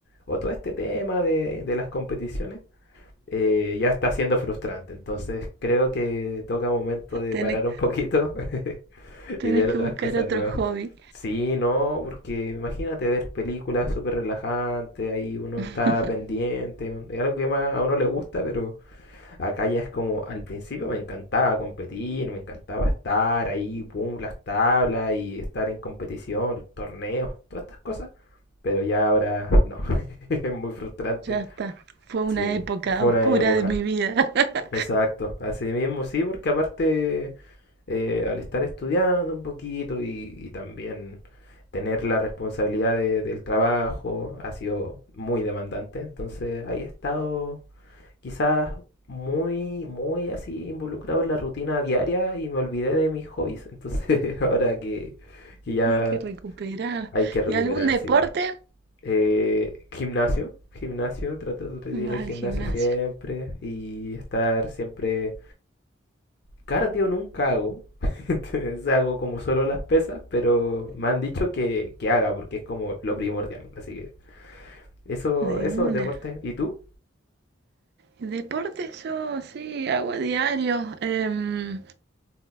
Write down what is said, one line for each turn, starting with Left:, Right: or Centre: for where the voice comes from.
Left: o todo este tema de, de las competiciones eh, ya está siendo frustrante. Entonces creo que toca momento de
Right: Tenés,
Left: parar un poquito <laughs>
Right: tenés
Left: y ver
Right: que
Left: otras
Right: buscar
Left: cosas
Right: otro
Left: nuevas.
Right: hobby.
Left: Sí, no, porque imagínate ver películas súper relajantes, ahí uno
Right: <laughs>
Left: está pendiente, mm, es algo que más a uno le gusta, pero acá ya es como, al principio me encantaba competir, me encantaba estar ahí, boom, las tablas y estar en competición, torneos, todas estas cosas, pero ya ahora no, <laughs> es muy frustrante,
Right: Ya está. Fue una
Left: sí,
Right: época
Left: fue
Right: oscura
Left: una época.
Right: de mi vida. <laughs>
Left: Exacto, así mismo sí, porque aparte eh, al estar estudiando un poquito y, y también tener la responsabilidad de- del trabajo ha sido muy demandante, entonces ahí he estado quizás muy, muy así involucrado en la rutina diaria y me olvidé de mis hobbies, entonces <laughs> ahora que, que ya
Right: Hay que recuperar.
Left: hay que recuperarse.
Right: ¿Y algún deporte?
Left: sí. Eh, gimnasio, gimnasio, trato de ir
Right: Vas
Left: al gimnasio
Right: al gimnasio.
Left: siempre y estar siempre Cardio nunca hago. <laughs> Entonces hago como solo las pesas, pero me han dicho que, que haga porque es como lo primordial. Así que eso,
Right: De
Left: eso,
Right: una.
Left: deporte. ¿Y tú?
Right: Deporte yo sí hago a diario. Em,